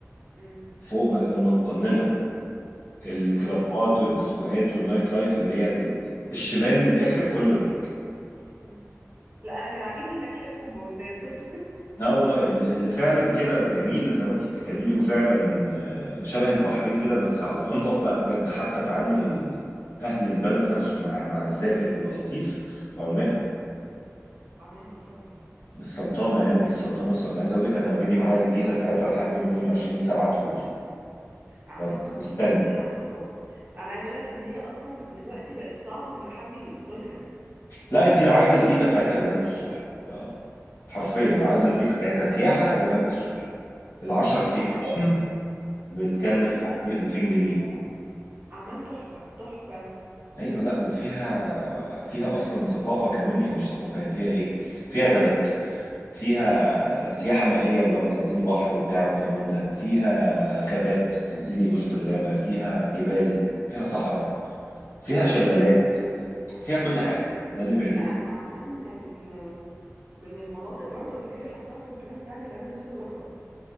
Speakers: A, on the right (about 35°); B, on the left (about 90°).
A: امم
B: فوق ما ومتقننة الكلابات
A: ايوه
B: والديسكوهات والنايت لايف اللي هي ال- الشمال من الآخر كله هناك
A: مم. لا انا كان عاجبني هناك شوية كومباوندات بس <laughs>
B: لا والله ال- اللي فعلا كده جميل زي ما انتي بتتكلمي وفعلا آه، شبه البحرين كده بس على الأنظف بقى بجد حتى تعامل ال- أهل البلد نفسه مع مع الزائر بيبقى لطيف عمان
A: مم. عمان اه طبعا
B: السلطنة يعني السلطنة الس- أنا عايز أقول لك أنا أوريدي معايا الفيزا بتاعتها لحد يوم 22 7 دخول
A: اعمال
B: بس
A: اصلا
B: مستني
A: دي, دي رهيبه انا عايز اقولك ان هي اصلا دلوقتي بقت صعبه ان حد يدخلها
B: لا انت لو عايزه الفيزا بتاعتها اجيبها لك الصبح اه حرفيا لو عايزه
A: لا
B: الفيزا بتاعتها سياحه اجيبها لك الصبح ال 10
A: لا
B: ايام
A: انا
B: بتكلف
A: اعمال
B: حوالي
A: بالنسبه
B: 2000
A: لي
B: جنيه
A: لا لا اعمال تحفه تحفه
B: ايوه لا وفيها فيها اصلا ثقافه كمان يعني مش ثقافه يعني فيها ايه فيها غابات فيها سياحه مائيه اللي هو تنزلي بحر وبتاع وكلام من ده فيها غابات تنزلي وسط الغابه فيها جبال فيها صحراء فيها شلالات فيها كل حاجه ده اللي بيعجبني
A: لا انا اعمال من من المناطق برضو اللي هي حطاها في البلان بتاعتي اللي انا نفسي ازورها